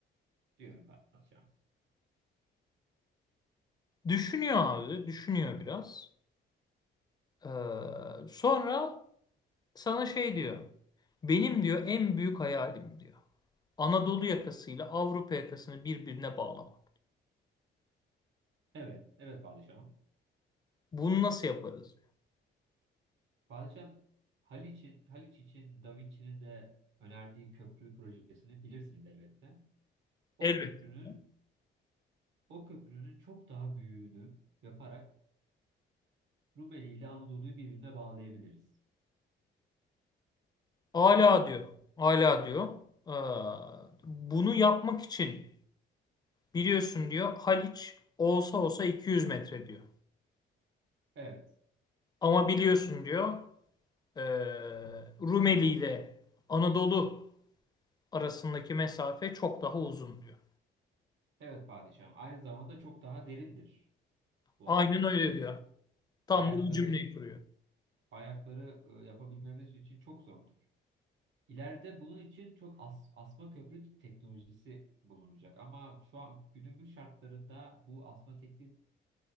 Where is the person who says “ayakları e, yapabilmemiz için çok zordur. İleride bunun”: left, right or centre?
Right